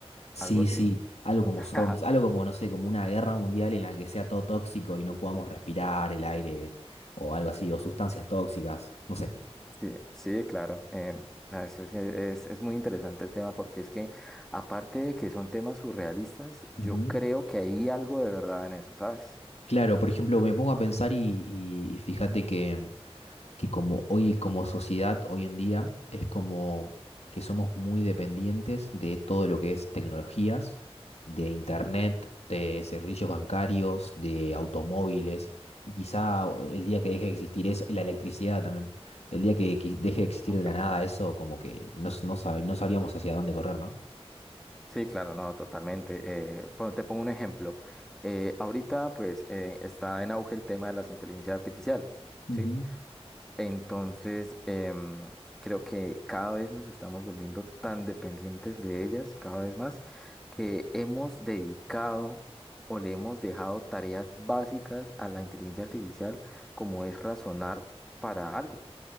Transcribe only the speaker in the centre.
algo así.
<laughs>
Sí, sí, claro. eh, ah, es, es que es- es muy interesante el tema porque es que, aparte de que son temas surrealistas, yo
creo que hay algo de verdad en eso, ¿sabes?
Ok.
Sí, claro, no, totalmente. Eh, bueno, te pongo un ejemplo. Eh, ahorita, pues, eh, está en auge el tema de las inteligencias artificiales.
¿sí? Entonces, em, creo que cada vez nos estamos volviendo tan dependientes de ellas, cada vez más, que hemos dedicado o le hemos dejado tareas básicas a la inteligencia artificial, como es razonar para algo.